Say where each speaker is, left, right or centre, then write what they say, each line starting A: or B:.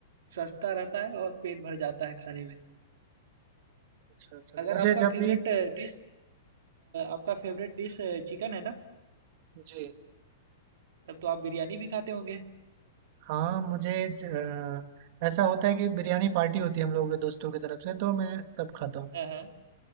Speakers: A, on the right (about 70°); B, on the right (about 40°).
A: सस्ता रहता है और पेट भर जाता है खाने में
B: अच्छा, अच्छा।
A: अगर
B: मुझे
A: आपका
B: जब
A: फेवरेट
B: भी
A: डिश आपका फेवरेट डिश चिकन है ना
B: जी,
A: तब तो आप बिरयानी भी खाते होंगे
B: हाँ, मुझे ज अ, ऐसा होता है कि बिरयानी पार्टी होती है हम लोगों के दोस्तों की तरफ से, तो मैं तब खाता हूँ।
A: हाँ हाँ